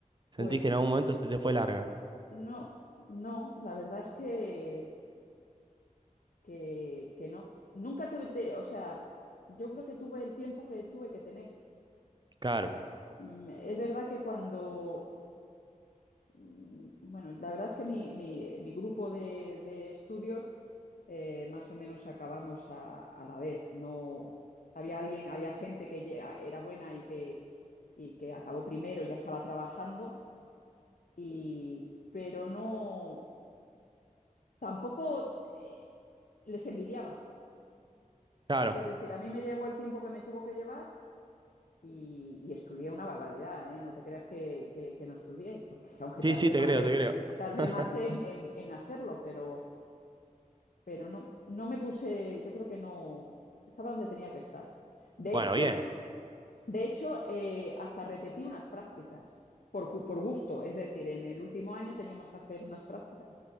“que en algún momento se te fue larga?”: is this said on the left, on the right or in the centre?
Right